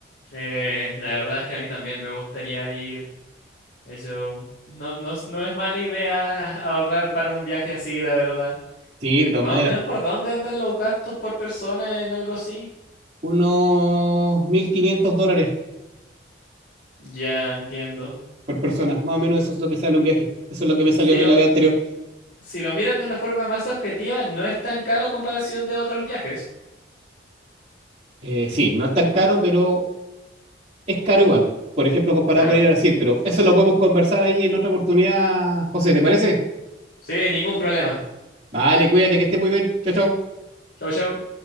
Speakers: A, on the left (about 60°); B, on the right (about 35°).
A: Eh, la verdad es que a mí también me gustaría ir. Eso no, no, es- no es mala idea ahorrar para un viaje así, la verdad.
B: Sí, de todas
A: Más
B: maneras.
A: o menos por dónde andan los gastos por persona en algo así.
B: unos 1.500 dólares
A: Ya entiendo.
B: por persona, más o menos eso es lo que sale un viaje, eso es lo que me salió
A: Sí,
B: a mí
A: lo,
B: la vez anterior.
A: si lo miras de una forma más objetiva, no es tan caro a comparación de otros viajes.
B: Eh, sí, no es tan caro, pero es caro igual, por ejemplo, comparado
A: Claro.
B: con ir a Brasil, pero eso lo podemos conversar ahí en otra oportunidad, José, ¿te parece?
A: Sí, ningún problema.
B: Vale, cuídate, que estés muy bien, chao, chao.
A: Chau, chau.